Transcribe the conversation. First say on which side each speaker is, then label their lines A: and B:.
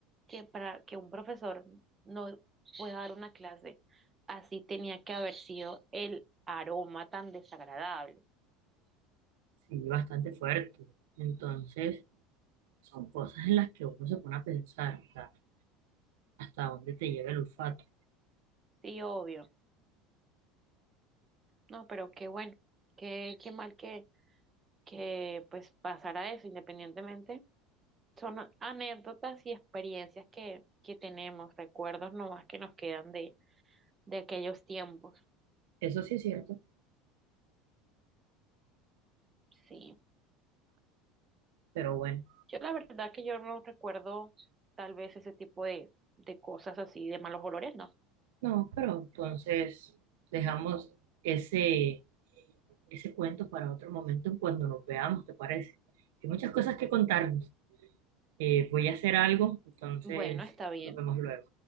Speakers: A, on the right; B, on the right.
A: que para que un profesor no pueda dar una clase, así tenía que haber sido el aroma tan desagradable.
B: sí, bastante fuerte. Entonces, son cosas en las que uno se pone a pensar, o sea, hasta dónde te lleva el olfato.
A: Sí, obvio. No, pero qué bueno, qué, qué mal que, que pues pasara eso, independientemente. Son anécdotas y experiencias que, que tenemos, recuerdos nomás que nos quedan de, de aquellos tiempos.
B: Eso sí es cierto,
A: Sí.
B: pero bueno,
A: Yo la verdad que yo no recuerdo tal vez ese tipo de, de cosas así, de malos olores, no.
B: no, pero entonces dejamos ese ese cuento para otro momento en cuando nos veamos, ¿te parece? Hay muchas cosas que contarnos. Eh, voy a hacer algo, entonces
A: Bueno, está bien.
B: nos vemos luego.